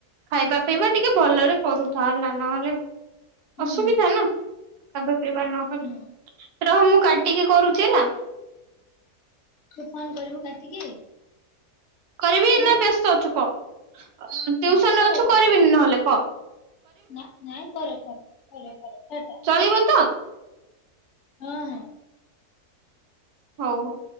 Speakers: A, on the right; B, on the left.
A: ଖାଇବା ପିଇବା ଟିକେ ଭଲରେ କରୁଥା ହେଲା ନହେଲେ ଅସୁବିଧାନା
B: ହୁଁ
A: ଖାଇବା ପିଇବା ନକଲେ
B: ହୁଁ
A: ରହ ମୁଁ କାଟିକି କରୁଚି ହେଲା।
B: ତୁ ଫୋନ୍ କରିବୁ କାଟିକି?
A: କରିବି
B: ହଁ
A: ନା ବ୍ୟସ୍ତ ଅଛୁ କଅ ଟିୟୁସନରେ
B: ନାଇଁ କରେ
A: ଅଛୁ
B: କରେ
A: କରିବିନି ନହେଲେ କଅ?
B: ନା ନାଇଁ କରେ କରେ କରେ କରେ କରଯା
A: ଚଳିବତ?
B: ହଁ ହଁ।
A: ହଉ ହଉ।